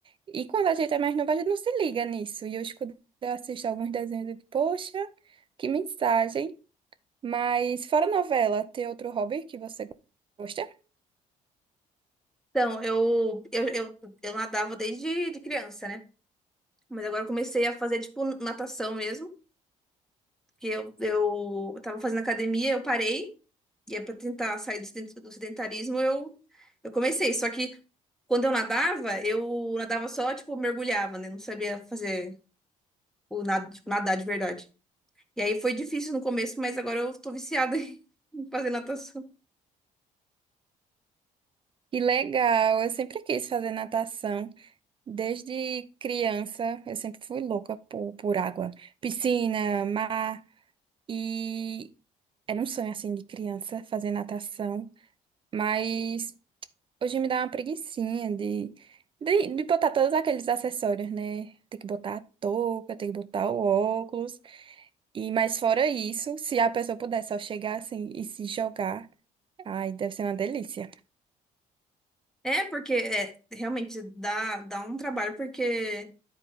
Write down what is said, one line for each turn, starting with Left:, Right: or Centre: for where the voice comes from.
Right: E quando a gente é mais nova, a gente não se liga nisso. E hoje, quando eu assisto alguns desenhos, eu digo, poxa, que mensagem. Mas fora novela, tem outro hobby que você gosta?
Centre: Então, eu, eu, eu, eu nadava desde de criança, né? Mas agora eu comecei a fazer, tipo, natação mesmo, porque eu, eu, eu tava fazendo academia, eu parei. E é para tentar sair do sedent- do sedentarismo, eu, eu comecei. Só que quando eu nadava, eu nadava só, tipo, mergulhava, né? Não sabia fazer o nado, tipo, nadar de verdade. E aí foi difícil no começo, mas agora eu tô viciada <laughs> em fazer natação.
Right: Que legal, eu sempre quis fazer natação. Desde criança, eu sempre fui louca por, por água. Piscina, mar, e era um sonho, assim, de criança, fazer natação. Mas hoje me dá uma preguicinha de, de, de botar todos aqueles acessórios, né? Tem que botar a touca, tem que botar o óculos. E, mas fora isso, se a pessoa puder só chegar assim e se jogar, ai, deve ser uma delícia.
Centre: É, porque é, realmente dá, dá um trabalho, porque